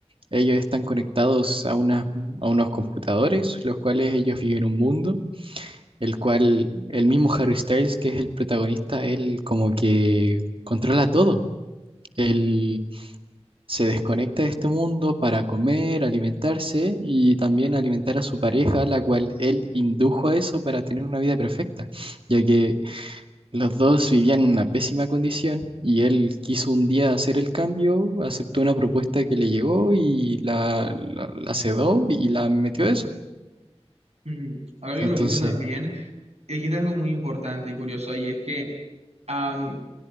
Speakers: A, on the right (about 55°); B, on the right (about 75°).
A: ellos están conectados a, unas, a unos computadores, los cuales ellos viven un mundo, el cual el mismo Harry Styles, que es el protagonista, él como que controla todo. Él se desconecta de este mundo para comer, alimentarse y también alimentar a su pareja, la cual él indujo a eso para tener una vida perfecta, ya que los dos vivían en una pésima condición y él quiso un día hacer el cambio, aceptó una propuesta que le llegó y la, la, la sedó y la metió a eso.
B: Mm, Ahora que
A: Entonces,
B: lo pienso también, dijiste algo muy importante y curioso y es que am,